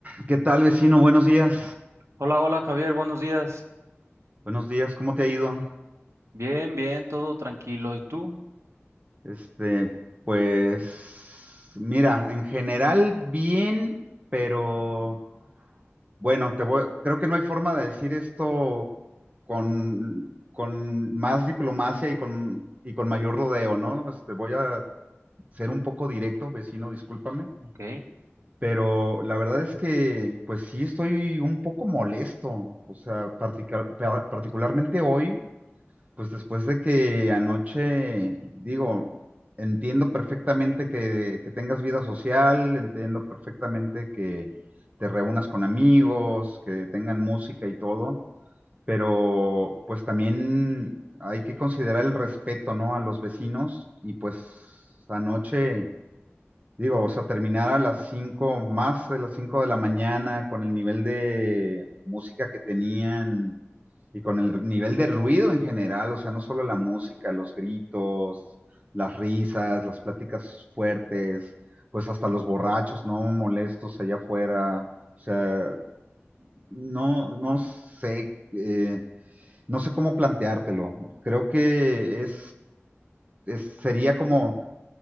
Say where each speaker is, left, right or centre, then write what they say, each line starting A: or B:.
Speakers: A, on the right; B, on the right.
A: ¿Qué tal, vecino? Buenos días.
B: Hola, hola Javier, buenos días.
A: Buenos días, ¿cómo te ha ido?
B: Bien, bien, todo tranquilo. ¿Y tú?
A: Este, pues, mira, en general bien, pero bueno, te voy, creo que no hay forma de decir esto con, con más diplomacia y con, y con mayor rodeo, ¿no? Este, voy a ser un poco directo, vecino, discúlpame,
B: Ok.
A: pero la verdad es que, pues sí, estoy un poco molesto, o sea, partica- pa- particularmente hoy. Pues después de que anoche, digo, entiendo perfectamente que, que tengas vida social, entiendo perfectamente que te reúnas con amigos, que tengan música y todo, pero pues también hay que considerar el respeto, ¿no? A los vecinos y pues anoche, digo, o sea, terminar a las cinco, más de las cinco de la mañana con el nivel de música que tenían y con el nivel de ruido en general, o sea, no solo la música, los gritos, las risas, las pláticas fuertes, pues hasta los borrachos no molestos allá afuera. O sea, no, no sé, eh, no sé cómo planteártelo. Creo que es, es, sería como,